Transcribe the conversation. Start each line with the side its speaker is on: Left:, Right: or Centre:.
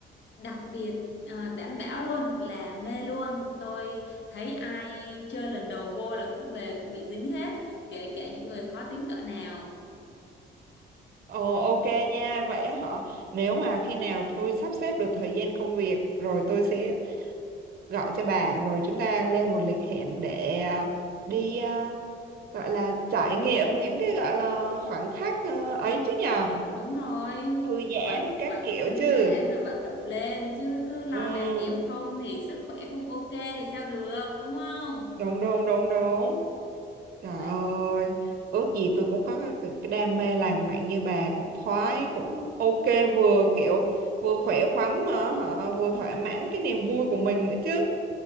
Left: đặc biệt ờ, đảm bảo luôn là mê luôn tôi thấy ai chơi lần đầu vô là cũng về cũng bị dính hết kể cả những người khó tính cỡ nào
Right: Ồ ok nha, vậy họ nếu mà khi nào tôi sắp xếp được thời gian công việc rồi tôi sẽ gọi cho bà rồi chúng ta lên một lịch hẹn để à, đi à, gọi là trải nghiệm những cái gọi là khoảnh khắc ờ, ấy chứ nhờ
Left: Đúng rồi,
Right: thư giãn
Left: vận
Right: các
Left: vận
Right: kiểu
Left: thư
Right: chứ
Left: giãn là vận động lên chứ cứ lo
Right: ừ
Left: làm đẹp không thì sức khỏe không ok thì sao được đúng không?
Right: đúng đúng đúng đúng Trời
Left: Vậy
Right: ơi, ước gì tôi cũng có cái cái đam mê lãng mạn như bà cũng thoái cũng ok vừa kiểu vừa khỏe khoắn mà hả, vừa thỏa mãn cái niềm vui của mình nữa chứ.